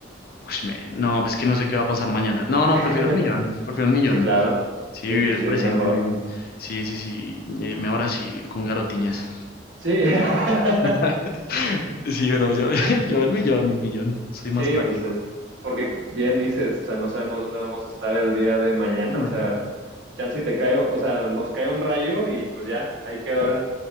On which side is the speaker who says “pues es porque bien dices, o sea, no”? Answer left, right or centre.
Right